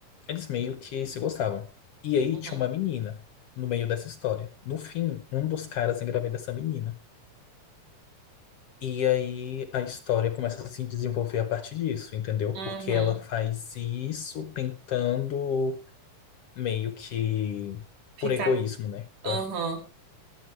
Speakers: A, on the left; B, on the right.
A: eles meio que se gostavam. E aí
B: uhum,
A: tinha uma menina no meio dessa história. No fim, um dos caras engravida essa menina. E aí a história começa a se desenvolver a partir disso, entendeu?
B: uhum.
A: Porque ela faz isso tentando meio que
B: Ficar,
A: por egoísmo, né?
B: uhum.
A: Eu acho.